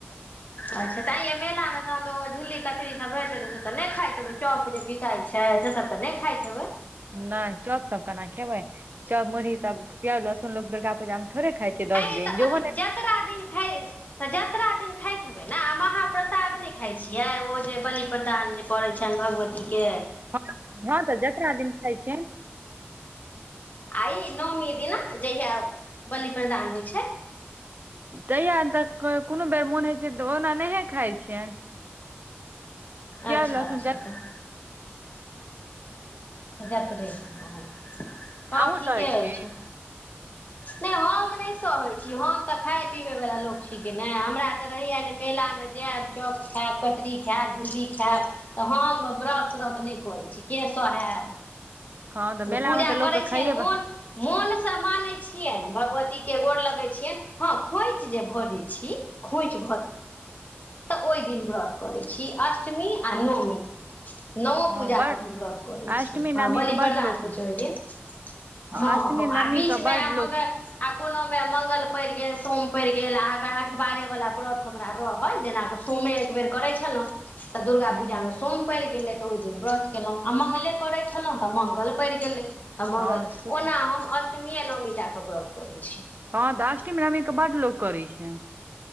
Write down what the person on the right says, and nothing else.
नहि चौक सब केना खेबै चौक मुुरही सब प्याज लहसुन लोग दुर्गा पूजा में थोड़े खााय
छै दस दिन
जोहो
हँ हँ तऽ जतरा दिन खाइ छै
तहिया तऽ कोनो बेर मोन होइत छै तऽ ओना नहि खाइ छै
लहसुन
अहूँ
सहै
छी
हँ तऽ मेला
मे तऽ लोकके
खाइये
हँ
बड
अष्टमी
नवमी
के
बड लोक
अष्टमी
नवमी
के
बड
लोक
हूँ
हँ से
हँ तऽ आष्टमी में क बट लोक करी छै